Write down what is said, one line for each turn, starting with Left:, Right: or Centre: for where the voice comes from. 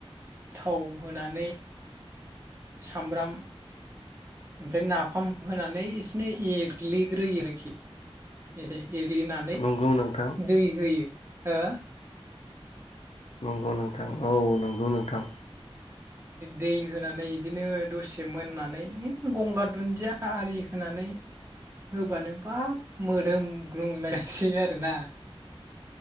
Right: थाव होनानै सामब्राम ओमफ्राय नाफाम होनानै इसेनो एरग्लिग्रोयो आरोखि एरग्लिनानै
Left: नंगौ नोंथां
Right: दै होयो हो
Left: नंगौ नोंथां औ नंगौ नोंथां
Right: दै होनानै बिदिनो दसे मोननानै गंगार दुन्दिया आरि होनानै होबानो बाब मोदोमग्लुंलायसै आरोना